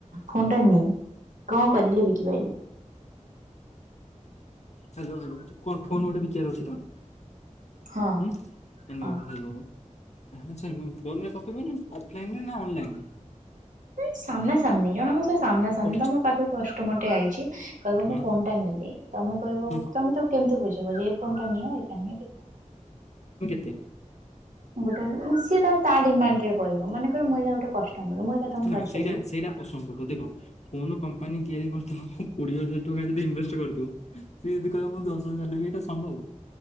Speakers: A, on the right; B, on the left.
A: ଫୋନ ଟା କଣ କରିଲେ ବିକି ପାରିବ?
B: ହାଲୋ କଣ ଫୋନ ଗୋଟେ ବିକିର ଅଛି ତ
A: ହଁ
B: ହାଲୋ
A: ହଁ
B: ହାଲୋ ଆଚ୍ଛା ଫୋନରେ ତୁମେ ଅଫଲାଇନରେ ନା ଅନଲାଇନ?
A: ନାଇଁ ସାମନା ସାମନି କଣ ଜଣଙ୍କ ସାମ୍ନା ସାମ୍ନା
B: ଓକେ
A: ତ ମୋ ପାଖକୁ କଷ୍ଟ ମଟେ ଆଇଛି କହିବ
B: ହଁ
A: ମୁଁ ଫୋନ୍ଟା ନେବି। ତମେ କହିବ
B: ହୁଁ
A: ତମେ ତାକୁ କେମିତି ବୁଝିବ ଯେ ଏ ଫୋଣ ଟା ନିଅ ଏଇଟା ନିଅ କି କହ
B: ତେ?
A: ଗୋଟେ ସିଏ ତା ତା ଡିମାଣ୍ଡ ରେ କହିବ ମନେକର ମହିଳା ଗୋଟେ କଷ୍ଟମର ମୁଁ ଏଇକା ତମକୁ
B: ନା
A: ପଚାରିବି
B: ସେଇଟା ସେଇଟା ଅସମ୍ଭବ ଦେଖ କଣ କମ୍ପାନୀ ତିଆରି କରିଦବ। କୋଡିଏ ହଜାର ଟଙ୍କା ଯଦି ଇନଭେଷ୍ଟ କରିଦଉ, ସେ ଯଦି କହିବ, ମୁଁ ଦଶ ହଜାର ନେବି। ଏଇଟା ସମ୍ଭବ!